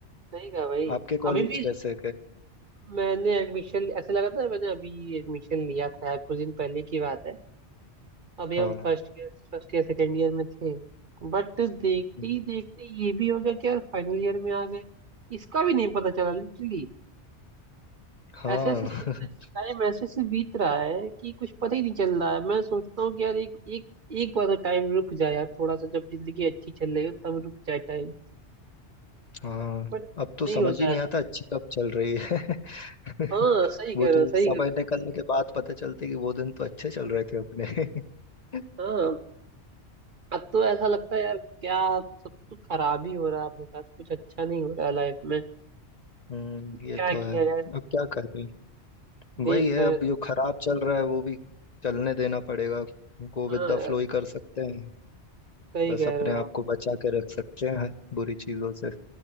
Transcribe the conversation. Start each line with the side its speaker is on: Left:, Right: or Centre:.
Right: सही कहा भाई
Left: आपके
Right: अभी
Left: कॉलेज
Right: भी
Left: कैसे के
Right: मैंने एडमिशन ऐसा लगा था मैंने अभी एडमिशन लिया था कुछ दिन पहले की बात है अभी
Left: हाँ
Right: हम फर्स्ट ईयर फर्स्ट ईयर सेकेंड ईयर में थे बट देखते
Left: हम्म,
Right: ही देखते ये भी हो गया कि यार फाइनल ईयर में आ गए इसका भी नहीं पता चला लिटरली
Left: हाँ
Right: ऐसे ऐसे
Left: <laughs>
Right: टाइम ऐसे से बीत रहा है कि कुछ पता ही नहीं चल रहा है मैं सोचता हूँ कि यार एक एक एक बार तो टाइम रुक जाए यार थोड़ा सा जब जिंदगी अच्छी चल रही हो तब रुक जाए टाइम
Left: हाँ
Right: बट
Left: अब तो
Right: नहीं
Left: समझ
Right: होता
Left: ही नहीं आता अच्छी कब चल रही है <laughs>
Right: हाँ सही कह
Left: वो तो
Right: रहे हो सही
Left: समय
Right: कह
Left: निकलने के बाद पता चलते कि वो दिन तो अच्छे चल रहे थे अपने <laughs>
Right: रहे हो हाँ अब तो ऐसा लगता है यार क्या सब तो खराब ही हो रहा है अपने साथ कुछ अच्छा नहीं हो रहा है लाइफ में
Left: हम्म
Right: क्या
Left: ये तो है
Right: किया जाए
Left: अब क्या करें
Right: देख
Left: वही है
Right: रहे
Left: अब
Right: हैं
Left: जो खराब चल रहा है वो भी चलने देना पड़ेगा गो
Right: हाँ
Left: विद द
Right: यार,
Left: फ्लो ही कर सकते हैं
Right: सही
Left: बस
Right: कह
Left: अपने
Right: रहे हो
Left: आप
Right: आप
Left: को बचा के रख सकते हैं बुरी चीजों से